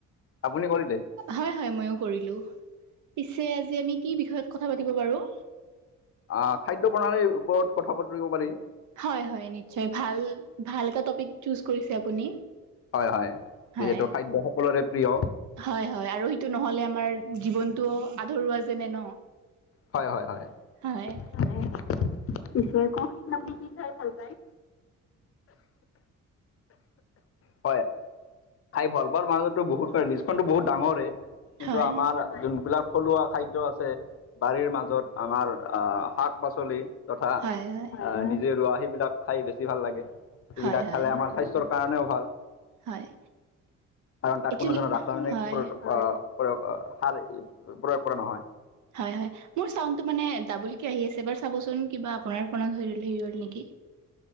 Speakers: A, on the left; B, on the right.
A: আপুনি কৰিলে?
B: হয়, হয়! মইয়ো কৰিলোঁ। পিছে আজি, আমি কি বিষয়ত কথা পাতিব পাৰোঁ?
A: অহ খাদ্য প্ৰণালীৰ ওপৰত কথা পতিব পাৰি
B: হয় হয় নিশ্চয় ভাল, ভাল এটা টপিক চোচ কৰিছে আপুনি
A: হয় হয়
B: হয়
A: যিহেতু খাদ্য সকলোৰে প্ৰিয়
B: হয়, হয়। আৰু সেইটো নহ'লে, আমাৰ জীৱনতটো আধৰুৱা যেনে ন'!
A: হয়, হয়, হয়।
B: হয়
A: মানে, পিছে কওঁকচোন! আপুনি কি খাই ভাল পায়? হয়! খাই ভাল পোৱাৰ মাজতো বহুত লিষ্টখনতো বহুত ডাঙৰেই। কিন্তু,
B: হয়
A: আমাৰ যোনবিলাক থলুৱা খাদ্য আছে, বাৰীৰ মাজত আমাৰ শাক -পাচলি। তথা,
B: হয় হয়
A: নিজে ৰোৱা সেইবিলাক, খাই বেছি ভাল লাগে! সেইবিলাক
B: হয় হয়
A: খালে, আমাৰ স্বাস্থ্যৰ কাৰণেও ভাল।
B: হয়!
A: কাৰণ, তাত
B: একচুৱেলি
A: কোনো ধৰণৰ ৰাসায়নিক
B: হয়
A: প্ৰ প্ৰয়োগ, সাৰ প্ৰয়োগ কৰে নহয়।
B: হয়, হয়। মোৰ চাউণ্ডটো মানে, ডাবোলকে আহি আছে, এবাৰ চাবচোন? কিবা আপোনাৰ ফোনত হৈ, হেৰি হ'ল নেকি।